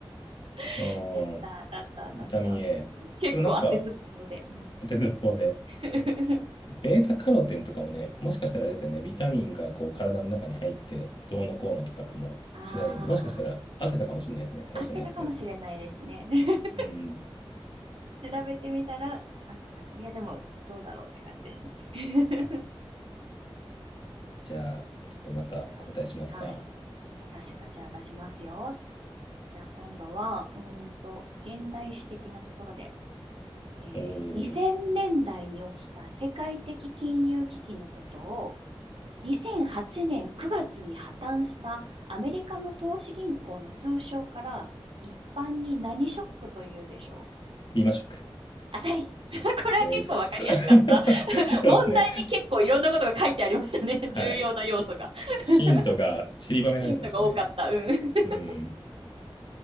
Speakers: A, on the left; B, on the right.
A: う
B: <laughs> やったー、
A: ん。
B: 当たった、
A: ビタミン
B: 当たった。
A: A。
B: 結構当てずっぽうで。
A: でもなんか、
B: うん
A: 鉄方で、
B: <laughs>
A: ベータカロテンとかもね、もしかしたらあれですよね、ビタミンがこう体の中に入って、どうのこうのとかかもしれないんで、
B: ああ、
A: もしかしたら当てたかもしれないですね、最初のやつで。
B: 合ってたかもしれないですね。<laughs>
A: うん。
B: 調べてみたら合ってたかも。いや、でも、どうだろうって感じですね。<laughs>
A: じゃあ、ちょっとまた交代しますか。
B: じゃあはい。私がじゃあ出しますよ。じゃあ今度は、うーんと、現代史的なところで、えー、
A: お
B: 2000年代に起きた世界的金融危機のことを、
A: ー、
B: 2008年9月に破綻したアメリカの投資銀行の通称から一般に何ショックというでしょう。
A: リーマショック。
B: 当たり <laughs> これは結構わかりやすかった。
A: です。<laughs> そうですね。
B: <laughs> 問題に結構いろんなことが書いてありましたね。<laughs>
A: はい。
B: 重要な要素が。
A: えヒントが散りばめられてましたね。
B: <laughs> ヒントが多かった。うん。<laughs>
A: うん。